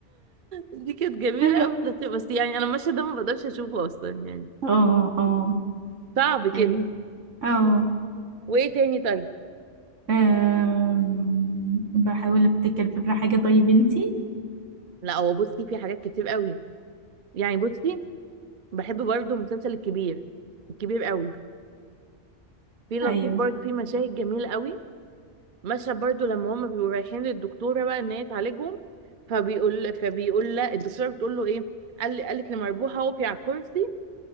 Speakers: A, on the right; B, on the right.
A: دي كانت جميله
B: <laughs> ايوه
A: قوي لطيفه بس يعني انا المشهد ده ما بقدرش اشوفه اصلا يعني
B: اه اه
A: صعب كده
B: ايوه اه
A: وايه تاني طيب
B: أم... بحاول افتكر فاكرة حاجة طيب انتي
A: لا هو بصي في حاجات كتير قوي يعني بصي بحب برضو المسلسل الكبير الكبير قوي في لطيف
B: ايوه
A: برضو في مشاهد جميلة قوي مشهد برضو لما هما بيبقوا رايحين للدكتورة بقى ان هي تعالجهم فبيقول فبيقول لا الدكتورة بتقول له ايه قال قالت لمربوحة اقفي على الكرسي